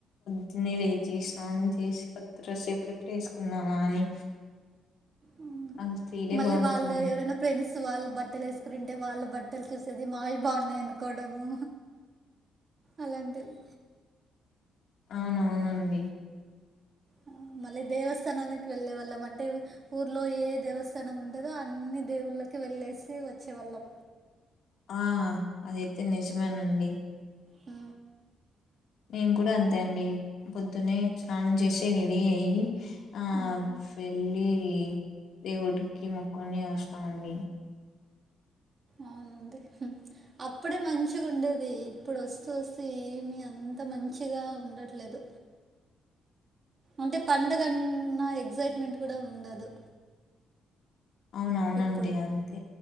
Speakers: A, on the left; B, on the right.
A: ద్దున్నే లేచి స్నానం చేసి కొత్త డ్రెస్సు ఎప్పుడెప్పుడు ఎసుకుందామా అని
B: మ్
A: అంత ఫీలే
B: మళ్ళీ
A: బాగుంటుందండి
B: వాళ్ళు ఎవరైనా ఫ్రెండ్స్ త్ వాళ్ళు బట్టలు వేసుకునింటే వాళ్ళ బట్టలు చూసేది మావి బాగున్నాయి అనుకోవడము అలాంటివి
A: అవునవునండి
B: ఆ మళ్ళీ దేవస్థానానికి వెళ్ళే వాళ్ళం అంటే ఊర్లో ఏ దేవస్థానం ఉంటదో అన్ని దేవుళ ళ్ళకి వెళ్ళేసి వచ్చేవాళ్ళం
A: ఆ అదైతే నిజమేనండి
B: ఆ
A: మేము కూడా అంతే అండి పొద్దునే స్నానం చేసి రెడీ అయ్యి ఆ
B: ఉమ్
A: వెళ్ళి దేవుడికి మొక్కొని వస్తామండి
B: అవునండి అప్పుడే మంచిగా ఉండేది ఇప్పుడు వస్తూ వస్తూ ఏమి అం అంత మంచిగా ఉండట్లేదు అంటే పండగన్నా ఎక్సైట్మెంట్ కూడా ఉండదు
A: అవునవునండి
B: ఇప్పుడు
A: అంతే